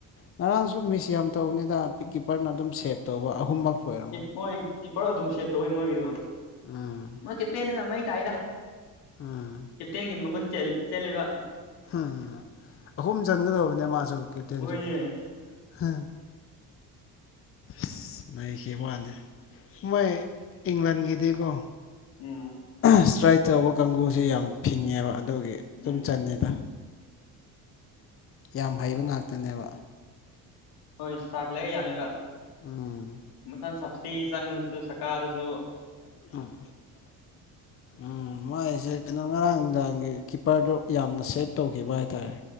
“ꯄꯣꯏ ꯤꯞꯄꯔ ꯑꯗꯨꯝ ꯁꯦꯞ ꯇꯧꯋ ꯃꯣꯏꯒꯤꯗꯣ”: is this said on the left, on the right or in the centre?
Left